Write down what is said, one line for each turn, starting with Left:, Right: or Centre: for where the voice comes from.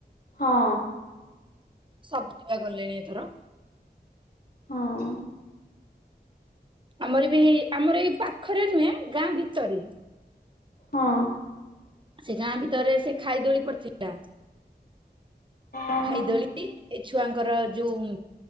Left: ହଁ।
Right: ସବୁ ଟିକେ କଲେଣି ଏଥର।
Left: ହଁ।
Right: ଆମର ବି ଆମର ଏଇ ପାଖରେ ନୁହେଁ ଗାଁ ଭିତରେ।
Left: ହଁ।
Right: ସେ ଗାଁ ଭିତରେ ସେ ଖାଇ ଦୋଳି ପଡିଥିଲା
Left: ଓହୋ
Right: ଖାଇ ଦୋଳି। ଏ ଛୁଆଙ୍କର ଯୋଉ